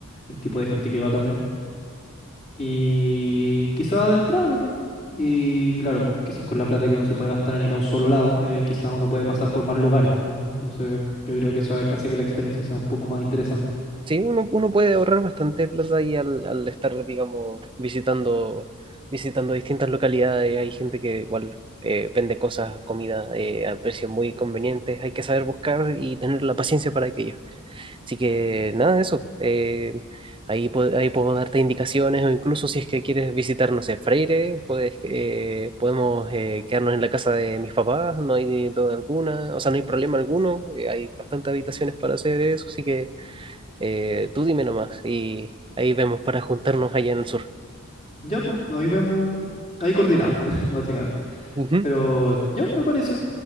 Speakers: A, on the left; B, on the right.
A: el tipo de gente que va también. Y quizás adentrarme, ¿no? Y claro, pues quizás con la plata que uno se puede gastar en ir a un solo lado, eh, quizás uno puede pasar por más lugares, ¿no? Entonces yo creo que eso hace que la experiencia sea un poco más interesante.
B: Sí, uno, uno puede ahorrar bastante plata ahí al, al estar, digamos, visitando, visitando distintas localidades. Hay gente que igual eh, vende cosas, comida eh, a precios muy convenientes. Hay que saber buscar y tener la paciencia para aquello. Así que nada, eso. eh, ahí, pu- ahí puedo darte indicaciones o incluso si es que quieres visitar, no sé, Freire, puedes, eh, podemos eh, quedarnos en la casa de mis papás. No hay duda alguna, o sea, no hay problema alguno. eh, hay bastantes habitaciones para hacer eso, así que... Eh, tú dime nomás y ahí vemos para juntarnos allá en el sur.
A: Ya, pues, ahí vemos, ahí coordinamos, <laughs> básicamente.
B: Ujú.
A: Pero ya, me parece.